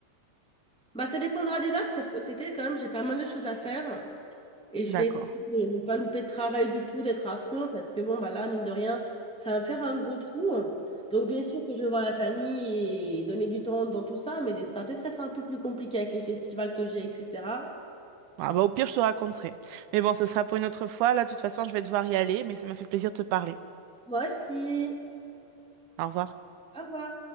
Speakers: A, in the centre; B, on the right (about 80°).
A: Bah, ça dépendra des dates parce que c'était quand même, j'ai pas mal de choses à faire et je
B: D'accord.
A: vais essayer de ne pas louper de travail du tout, d'être à fond parce que bon, bah là, mine de rien, ça va me faire un gros trou. Donc, bien sûr que je vais voir la famille et donner du temps dans tout ça, mais ça va peut-être être un peu plus compliqué avec les festivals que j'ai, etc.
B: Ah, bah, au pire, je te raconterai. Mais bon, ce sera pour une autre fois. Là, de toute façon, je vais devoir y aller. Mais ça m'a fait plaisir de te parler.
A: Moi aussi.
B: Au revoir.
A: Au revoir.